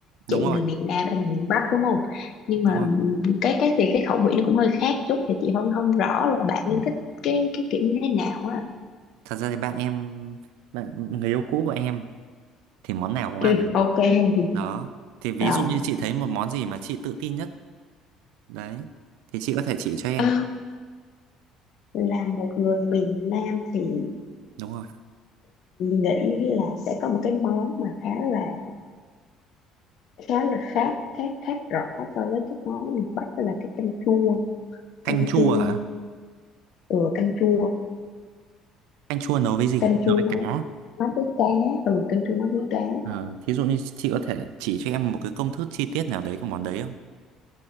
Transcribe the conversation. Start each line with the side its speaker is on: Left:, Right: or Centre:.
Right: Đúng
Left: chị
Right: rồi,
Left: người miền Nam em người miền Bắc đúng không nhưng
Right: đúng
Left: mà
Right: rồi.
Left: cái cái thì cái khẩu vị nó cũng hơi khác chút thì chị không không rõ là bạn em thích cái cái kiểu như thế nào á
Right: Thật ra thì bạn em bạn người yêu cũ của em thì món nào cũng
Left: ừ,
Right: ăn được.
Left: ok luôn
Right: Đó. Thì ví
Left: rồi
Right: dụ như chị thấy một món gì mà chị tự tin nhất đấy thì chị có thể chỉ cho em.
Left: à, là một người miền Nam thì
Right: Đúng rồi.
Left: nghĩ là sẽ có một cái món mà khá là khá là khác khác khác rõ so với các món miền Bắc đó là cái canh chua
Right: Canh
Left: canh
Right: chua
Left: chua
Right: hả?
Left: ừ, canh chua
Right: Canh chua nấu với gì?
Left: canh
Right: Nấu
Left: chua
Right: với
Left: nó
Right: cá.
Left: nó với cá ừ canh chua nó với cá
Right: Ờ, thí dụ như chị có thể chỉ cho em một cái công thức chi tiết nào đấy của món đấy